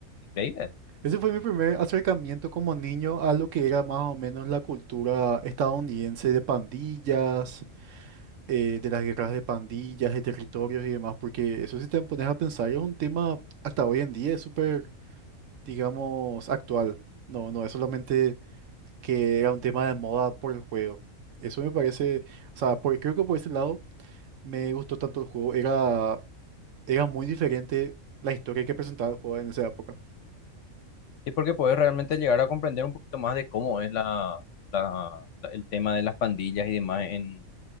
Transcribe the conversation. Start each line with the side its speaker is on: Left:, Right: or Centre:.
Left: es
Right: Ese fue mi primer acercamiento como niño a lo que era más o menos la cultura estadounidense de pandillas, eh, de las guerras de pandillas, de territorios y demás, porque eso si te pones a pensar es un tema hasta hoy en día es súper, digamos, actual. No, no es solamente que era un tema de moda por el juego. Eso me parece, o sea, por- creo que por ese lado me gustó tanto el juego. Era, era muy diferente la historia que presentaba el juego en esa época.
Left: Y porque podés realmente llegar a comprender un poquito más de cómo es la, la- la- el tema de las pandillas y demás en,